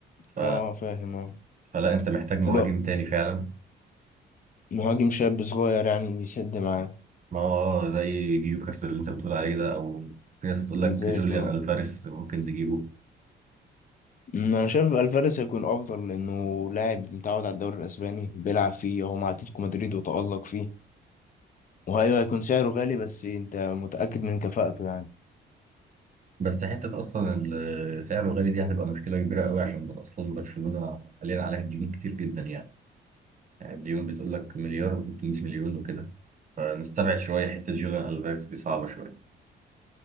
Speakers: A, on the right (about 40°); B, on the left (about 45°).
A: ف...
B: اه فاهم اه
A: فلا أنت محتاج مهاجم
B: لا
A: تاني فعلا
B: مهاجم شاب صغير يعني يسد معاه
A: ما هو زي جيوكرس اللي انت بتقول عليه ده او في ناس بتقول لك
B: ازيك
A: جوليان
B: اه
A: الفاريس ممكن نجيبه
B: أمم، انا شايف الفاريز هيكون افضل لانه لاعب متعود على الدوري الاسباني بيلعب فيه هو مع اتلتيكو مدريد وتالق فيه وهيو هيكون سعره غالي بس انت متاكد من كفاءته يعني
A: بس حته اصلا ال- سعره غالي دي هتبقى مشكله كبيره قوي عشان اصلا برشلونه حاليا عليها ديون كتير جدا يعني يعني الديون بتقول لك مليار و300 مليون وكده فنستبعد شويه حته جوليان الفاريس دي صعبه شويه